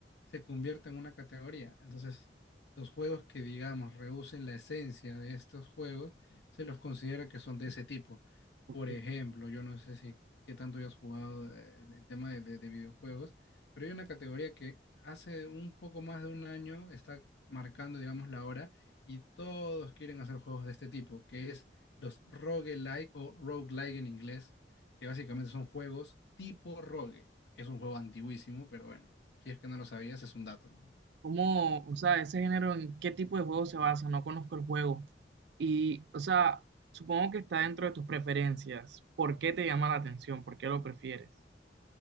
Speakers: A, on the left; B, on the right.
A: se convierta en una categoría. Entonces, los juegos que, digamos, rehúsen la esencia de estos juegos, se los considera que son de ese tipo.
B: Ok.
A: Por ejemplo, yo no sé si qué tanto hayas jugado eh, el tema de de- de videojuegos pero hay una categoría que hace un poco más de un año está marcando, digamos, la hora y todos quieren hacer juegos de este tipo, que es los roguelike o roguelike en inglés, que básicamente son juegos tipo rogue, que es un juego antiguísimo, pero bueno, si es que no lo sabías, es un dato.
B: ¿Cómo, o sea, ese género en qué tipo de juego se basa? No conozco el juego. Y, o sea, supongo que está dentro de tus preferencias. ¿Por qué te llama la atención? ¿Por qué lo prefieres?